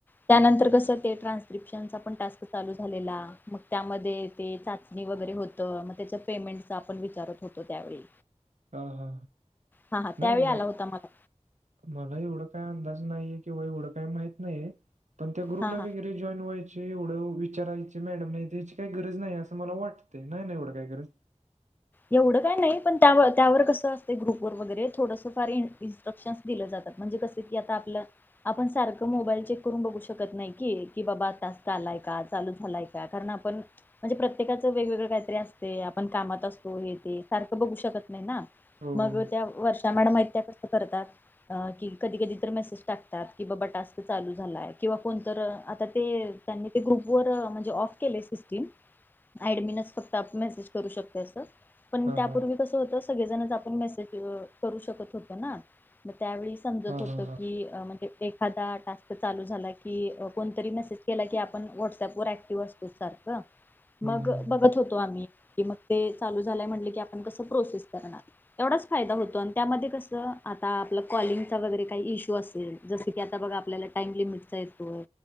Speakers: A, on the left; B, on the right.
A: त्यानंतर कसं ते ट्रान्स्क्रिप्शनचा पण टास्क चालू झालेला मग त्यामध्ये ते चाचणी वगैरे होत, मग त्याच पेमेंटच आपण विचारत होतो त्यावेळी.
B: हा हा
A: हा हा
B: नाही
A: त्यावेळी
B: मर
A: आला होता मला
B: मला एवढ काय अंदाज नाहीये किंवा एवढं काय माहीत नाहीये पण त्या ग्रुपला
A: हा हा
B: वगैरे जॉईन व्हायचे एवढं विचारायचे मॅडम नाही त्याची काही गरज नाही असं मला वाटते, नाय ना एवढं काय गरज?
A: एवढं काय नाही पण त्यावं त्यावर कसं असतय ग्रुपवर वगैरे थोडंसं फार इन्स् इन्स्ट्रक्शन दिलं जातात, म्हणजे कस की आता आपलं आपण सारखं मोबाईल चेक करून बघू शकत नाही की, की बाबा टास्क आलाय का, चालू झालाय कारण आपण म्हणजे प्रत्येकाचं वेगवेगळं काहीतरी असते, आपण कामात अस फोन हे ते सारखं बघू शकत नाही ना,
B: हो.
A: मग त्या वर्षा मॅडम आहेत त्या कस करतात. अ कि कधी कधी तर मेसेज टाकतात, की बाबा टास्क चालू झालाय किंवा कोण तरं आता ते त्यांनी ते ग्रुप वर म्हणजे ऑफ केले सिस्टीम एडमिनच फक्त आप मेसेज करू शकते असं. पण
B: हां,
A: त्यापूर्वी
B: हां.
A: कसं होतं सगळेजणच आपण मेसेज अ करू शकत होत्या ना मग त्यावेळीस समजत
B: हां,
A: होत
B: हां,
A: की
B: हां.
A: अ म्हणजे एखादा टास्क चालू झाला की अ कोणतरी मेसेज केला की आपण व्हॉट्सअपवर ऍक्टिव्ह असतो सार <unintelligible>
B: हं,
A: मग
B: हं, हं.
A: बघत होतो आम्ही कि मग ते चालू झालाय म्हटलं की आपण कसं प्रोसेस करणार? तेवढाच फायदा होतो आणि त्यामध्ये कसं आता आपलं कॉलिंगचा वगैरे काही इशू असेल जस की की आता बघा आपल्याला टाइम लिमिटचा येतोय,